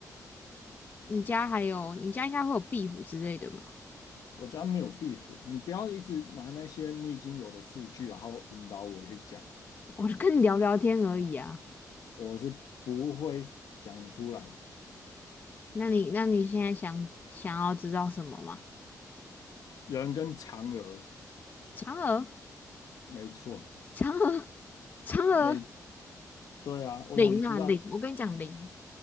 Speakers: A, on the left (about 30°); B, on the left (about 70°).
A: 你家还有，你家应该会有壁虎之类的吧？
B: 我家没有壁虎，你不要一直拿那些你已经有的数据，然后引导我去讲，
A: <laughs> 我就跟你聊聊天而已啊。
B: 我是不会讲出来的。
A: 那你，那你现在想想要知道什么吗？
B: 人跟嫦娥，
A: 嫦娥，
B: 没错，
A: 嫦娥，嫦娥，
B: 没，对啊，我想知道
A: 灵啊灵！我跟你讲灵